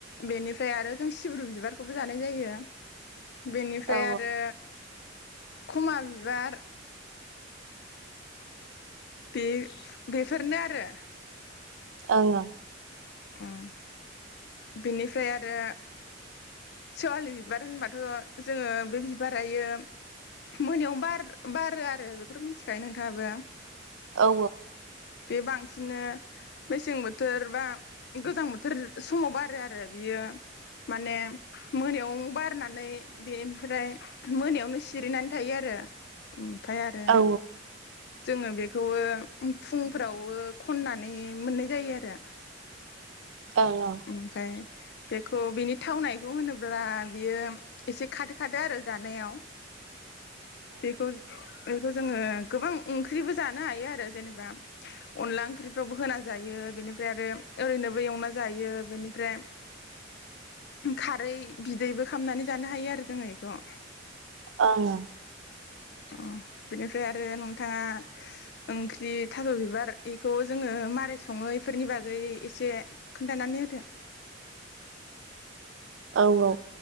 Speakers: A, on the left; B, on the right.
A: बेनिफ्राय आरो जों सिब्रु बिबारखौबो जानाय जायो। बेनिफ्राय
B: औ
A: आरो खुमा बिबार बे बेफोरनो आरो।
B: ओं ओं।
A: उम बिनिफ्राय आरो सेवालि बिबार होनबाथ' जोंओ बे बिबारायो मोनायाव बार बारो आरो। बेखौथ' मिथिखायो नोंथाङाबो?
B: औ
A: बे बांसिनो मेसें बोथोर बा गोजां बोथोर समाव बारो आरो बियो माने मोनायाव बारनानै बेनिफ्राय मोनायावनो सिरिनानै थायो आरो। फाय आरो
B: औ
A: जोङो बेखौबो फुंफोरावबो खननानै मोननाय जायो आरो।
B: ओं ओं।
A: ओमफ्राय बेखौ बिनि थावनायखौ होनोब्ला बियो एसे खादो खादो आरो जानायाव। बेखौ बेखौ जोङो गोबां ओंख्रिबो जानो हायो आरो जेनेबा अनला ओंख्रिफ्रावबो होना जायो बेनिफ्राय आरो ओरैनोबो एवना जायो बेनिफ्राय <unintelligible> औरै बिदैबो खामनानै जानो हायो आरो जोङो। खौ।
B: ओं ओ।
A: अ बिनोसै आ रो नोंथाङा ओंख्रि थास' बिबार बेखौ जोङो मारै सङो इफोरनि बागै एसे खोन्थानानै होदो।
B: औ औ